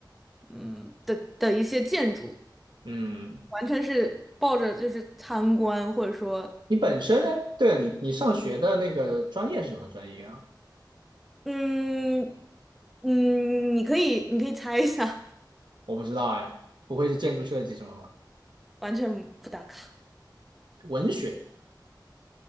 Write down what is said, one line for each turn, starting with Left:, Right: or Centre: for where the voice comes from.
Centre: 嗯的的一些建筑。
Right: 嗯，
Centre: 完全是抱着就是参观，或者说，
Right: 你本身哎，对了，你你上学的那个专业是什么专业啊？
Centre: 嗯嗯，你可以你可以猜一下，
Right: 我不知道哎，不会是建筑设计什么吧？
Centre: <laughs> 完全不打卡。
Right: 文学。